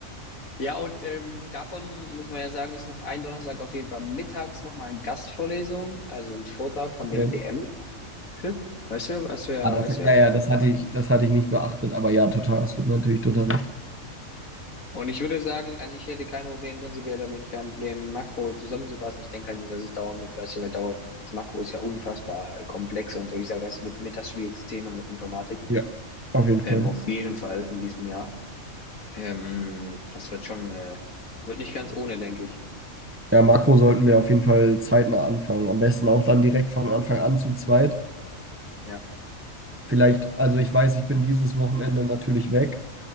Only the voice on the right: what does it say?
Okay.
Ah, das,
ja,
ja, das hatte ich, das hatte ich nicht beachtet, aber ja, total, hast du natürlich total recht.
Ja, auf jeden
Fall.
Ja, Makro sollten wir auf jeden Fall zeitnah anfangen. Am besten auch dann direkt von Anfang an zu zweit.
Vielleicht, also ich weiß, ich bin dieses Wochenende natürlich weg,